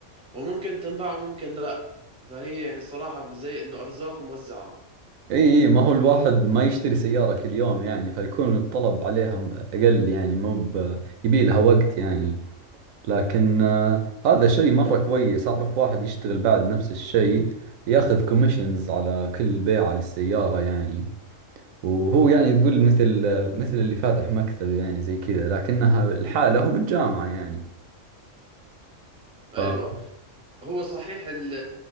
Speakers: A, in the centre; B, on the right.
A: وممكن تنباع وممكن لا فهي يعني الصراحة زي إنه أرزاق موزعة
B: اي اي ما هو الواحد ما يشتري سيارة كل يوم يعني فيكون الطلب عليها م- اقل يعني مو ب... يبي لها وقت يعني لكن آه، هذا شيء مرة كويس اعرف واحد يشتغل بعد نفس الشيء ياخذ كوميشنز على كل بيعة للسيارة يعني وهو يعني تقول مثل آه، مثل اللي فاتح مكتب يعني زي كذا لكنها الحالة هو بالجامعة يعني
A: أيوة
B: ف...
A: هو صحيح ال